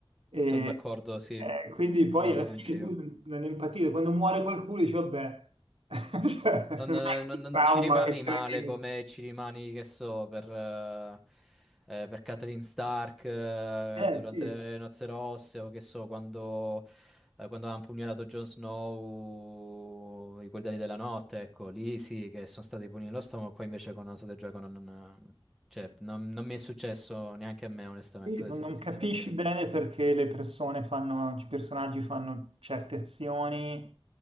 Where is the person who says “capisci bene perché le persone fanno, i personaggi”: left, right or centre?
Right